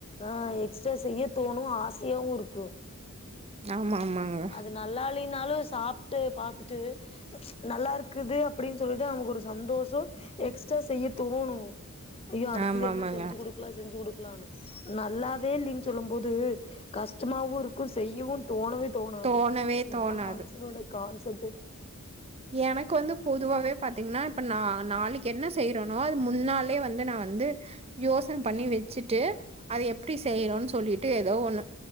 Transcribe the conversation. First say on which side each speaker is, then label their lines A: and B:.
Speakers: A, on the left (about 25°); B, on the right (about 30°).
A: ஆ எக்ஸ்ட்ரா செய்ய தோணோ ஆசையாவோ இருக்கோ
B: ஆமா ஆமாங்க
A: அது நல்லாலினாலு சாப்ட்டு பாத்துட்டு நல்லா இருக்குது அப்டின்னு சொல்லிட்டு நமக்கு ஒரு சந்தோஷோ எக்ஸ்ட்ரா செய்ய தோனூ ஐயோ அடுத்தது
B: ஆமா,
A: என்னா
B: ஆமாங்க.
A: செஞ்சு குடுக்கலா செஞ்சு குடுக்கலானு நல்லாவே இல்லன்னு சொல்லு போது கஷ்டமாவு இருக்கு செய்யவு தோணவே தோணாது
B: தோணவே
A: இதுதா
B: தோணாது.
A: மனுசனோட கான்செப்ட்டு
B: எனக்கு வந்து பொதுவாவே பாத்தீங்கனா இப்ப நா நாளைக்கி என்ன செய்றனோ அது முன்னாலயே வந்து நா வந்து யோசன பன்னி வச்சுட்டு அத எப்டி செய்றோன் சொல்லிட்டு ஏதோ ஒன்னு